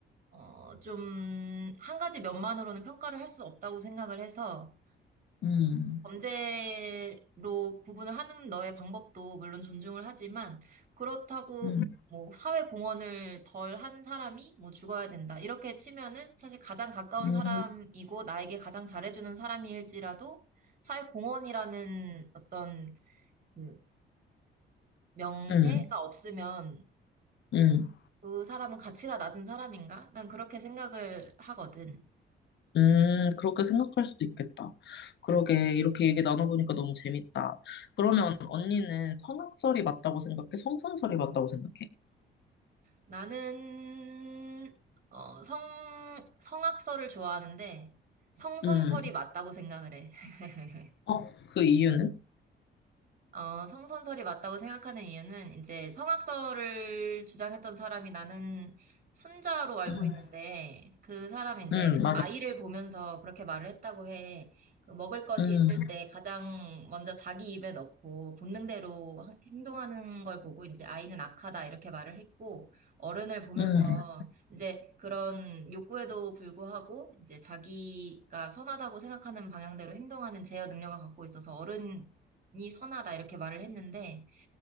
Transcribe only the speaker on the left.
음,
음.
음.
음,
음,
음, 그렇게 생각할 수도 있겠다. 그러게,
이렇게 얘기 나눠보니까 너무 재밌다. 그러면 언니는 성악설이 맞다고 생각해? 성선설이 맞다고 생각해?
음,
어, 그 이유는?
음,
음, 맞아.
음,
음,